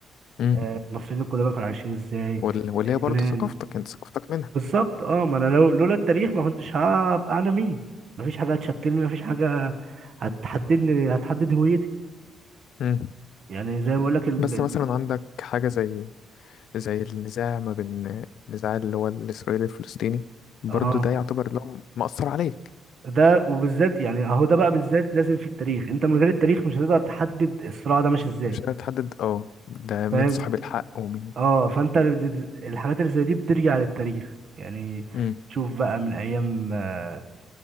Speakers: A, on the left; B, on the right.
A: امم
B: المصريين القدماء كانوا عايشين ازاي
A: وال- واللي
B: اليونان
A: هي برضه ثقافتك انت ثقافتك منها
B: بالظبط اه ما انا لو لولا التاريخ ما كنتش هبقى انا مين مفيش حاجة هتشكلني مفيش حاجة هتحددني هتحدد هويتي
A: امم
B: يعني زي ما بقول لك ال...
A: بس
B: ال...
A: مثلا عندك حاجة زي زي النزاع ما بين النزاع اللي هو الإسرائيلي الفلسطيني برضه
B: اه
A: ده يعتبر لهم مأثر عليك
B: ده وبالذات يعني اهو ده بقى بالذات لازم في التاريخ انت من غير التاريخ مش هتقدر تحدد الصراع ده ماشي ازاي
A: مش قادر تحدد اه ده مين
B: فاهم
A: صاحب الحق ومين
B: اه فانت ال- الحاجات اللي زي دي بترجع للتاريخ يعني
A: امم
B: تشوف بقى من ايام آه،